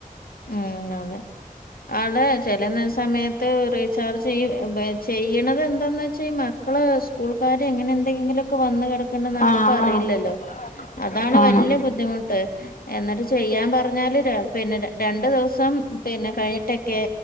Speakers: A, on the left (about 85°); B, on the left (about 60°).
A: ഉം അതെ ആള് ചെല നെ സമയത്ത് റീചാർജ് ചെയ്യ് ചെയ്യണത് എന്താന്ന് വെച്ചാ ഈ മ <unintelligible> സ്കൂൾക്കാര് എങ്ങനെ എന്തെങ്കിലും ഒക്കെ വന്ന് കിടക്കേണ്ടന്ന് നമ്മക്ക്
B: ആഹ്
A: ആർടേയും ഇല്ലല്ലോ
B: ആഹ്
A: അതാണ്
B: ആണ്
A: വല്യ ബുദ്ധിമുട്ട് എന്നിട്ട് ചെയ്യാൻ പറഞ്ഞാല് രാ പിന്നെ രാ രണ്ടു ദിവസം പിന്നെ കഴിഞ്ഞിട്ടൊക്കെ